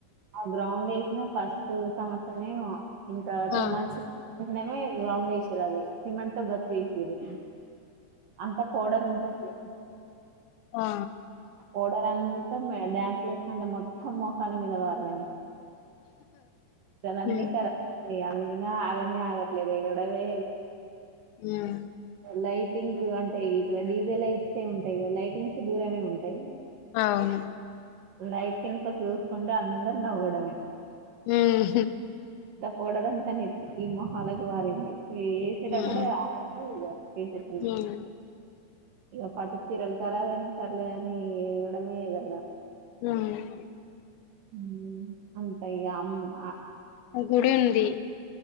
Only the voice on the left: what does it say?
ఆ
ఆ
ఆ
ఉమ్
ఉమ్
అవును
ఉమ్
ఉమ్
ఉమ్
హ్మ్
ఆ గుడి ఉంది